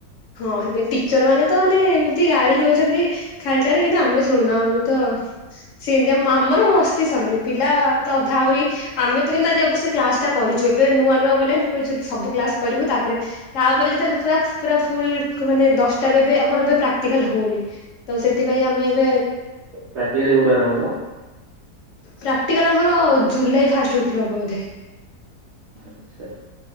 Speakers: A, on the left; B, on the right.
A: ହଁ ହେଲେ ଟିଚର ମାନେ ତ ମାନେ ଏମିତି ଗାଳି ଦଉଛନ୍ତି। ଖାଲିଟାରେ କିନ୍ତୁ ଆମେ ଶୁଣୁନୁ ଆମେ ତ ସେମିତି ଆ ଆମର ମସ୍ତି ସରୁନି ପିଲା ତ ଅଧା ଆହୁରି ଆମେ ତ କିନ୍ତୁ ଆଜି ଅବଶ୍ୟ କ୍ଲାସ ଟା କରିଛୁ ଏବେ ନୂଆ ନୂଆ ବୋଲି କହିଛୁ କି ସବୁ କ୍ଲାସ କରିବୁ ତାପରେ ତାପରେ ଯେତେବେଳେ ପୁରା ପୁରା ଫୁଲ ମାନେ ଦଶଟାରୁ ଏବେ ଆମର ଏ ପ୍ରାକ୍ଟିକାଲ ହଉନି। ତ ସେଥିପାଇଁ ଆମେ ଏବେ
B: ପ୍ରାକ୍ଟିକାଲି ଏଇଟୁ ଆରମ୍ଭ ହବ।
A: ପ୍ରାକ୍ଟିକାଲ ଆମର ଜୁଲାଇ ଫାଷ୍ଟ ୱିକରେ ହବ ବୋଧେ।
B: ଆଚ୍ଛା।